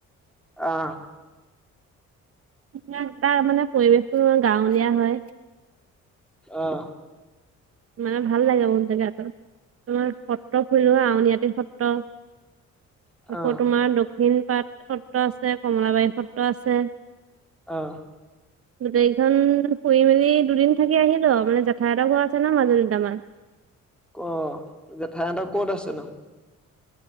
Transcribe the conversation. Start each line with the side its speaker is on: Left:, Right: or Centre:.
Centre: আহঁ
Right: তা-তাৰ মানে পৰিৱেশটোৰ গাঁৱলীয়া হয়।
Centre: অহ
Right: মানে ভাল লাগে বহুত জেগাতো। আমাৰ সত্ৰ ফুৰিলোঁ আউনীআটী সত্ৰ।
Centre: অ',
Right: আকৌ তোমাৰ দক্ষিণ পাট সত্ৰ আছে। কমলাবাৰী সত্ৰ আছে।
Centre: আহঁ
Right: গোটেইখন ফুই মেলি দুদিন থাকি আহিলো অ' মানে জেঠায়ে হত ঘৰৰ আছে। চল মাজুলিৰ <unintelligible>
Centre: অ' যে জেঠায়ে হত ক'ত আছে নো